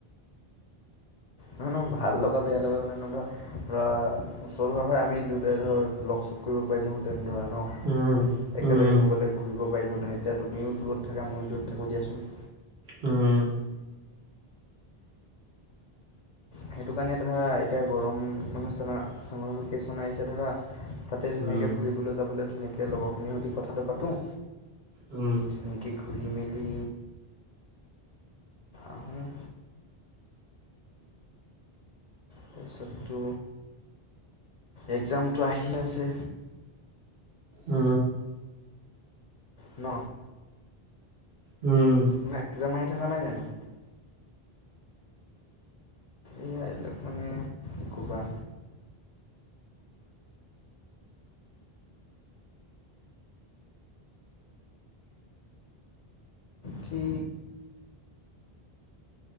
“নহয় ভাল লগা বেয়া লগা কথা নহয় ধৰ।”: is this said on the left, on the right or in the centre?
Left